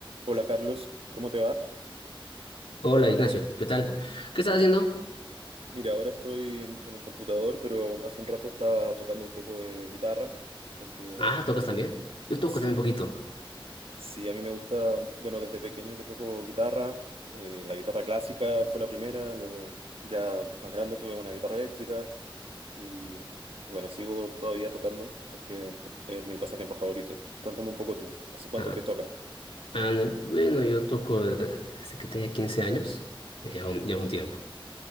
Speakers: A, on the right; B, on the left.
A: Hola Carlos, ¿cómo te va?
B: Hola Ignacio, ¿qué tal? ¿Qué estás haciendo?
A: Mira, ahora estoy en el computador, pero hace un rato estaba tocando un poco de guitarra, porque
B: Ah, ¿tocas también? Yo toco
A: sí,
B: también un poquito.
A: sí, a mí me gusta, bueno, desde pequeño que toco guitarra, eh, la guitarra clásica fue la primera, luego ya más grande tuve una guitarra eléctrica y bueno, sigo todavía tocando porque es mi pasatiempo favorito. Cuéntame un poco tú, ¿hace cuánto
B: Ah,
A: que tocas?
B: ah, no, Bueno, yo toco eh, desde que tenía 15 años, lleva un, lleva un tiempo.